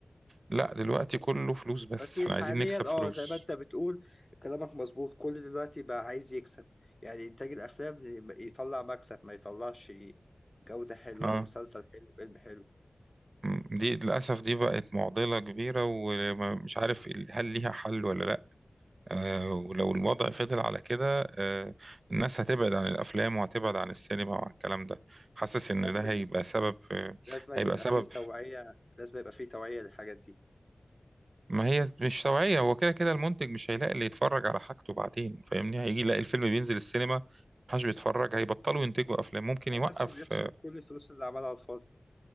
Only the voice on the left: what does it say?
بس حاليا
اه زي ما انت بتقول كلامك مظبوط كل دلوقتي بقى عايز يكسب يعني انتاج الافلام يطلع مكسب ما يطلعش جوده حلوه
ومسلسل حلو فيلم حلو
لازم
لازم
يبقى
فيه توعية لازم يبقى فيه توعية للحاجات دي
تلاقي
نفسه بيخسر كل الفلوس اللي عملها على الفاضي